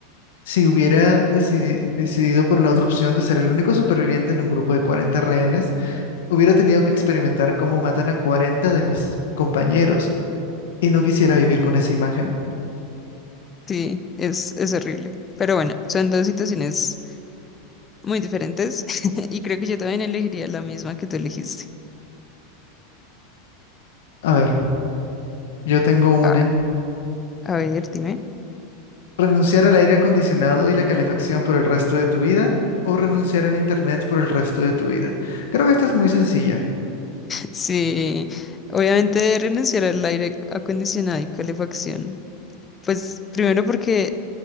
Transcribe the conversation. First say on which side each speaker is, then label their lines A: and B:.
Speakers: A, on the left; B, on the left.
A: si hubiera decidi- decidido por la otra opción de ser el único superviviente en un grupo de 40 rehenes, hubiera tenido que experimentar cómo matan a 40 de mis compañeros y no quisiera vivir con esa imagen.
B: Sí, es, es horrible. Pero bueno, son dos situaciones muy diferentes <laughs> y creo que yo también elegiría la misma que tú elegiste.
A: A ver. Yo tengo una.
B: A, a ver, dime.
A: ¿Renunciar al aire acondicionado y la calefacción por el resto de tu vida o renunciar al internet por el resto de tu vida? Creo que esta es muy sencilla.
B: Sí, obviamente renunciar al aire acondicionado y calefacción. Pues primero porque